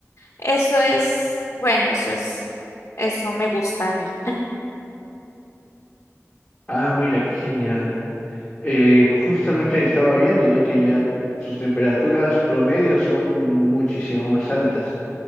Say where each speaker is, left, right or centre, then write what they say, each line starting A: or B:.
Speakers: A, on the left; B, on the left.
A: Eso es, bueno, eso es, eso me gusta a mí.
B: Ah, mira, qué genial. Eh, justamente estaba viendo, ¿no? Que ya sus temperaturas promedio son muchísimo más altas.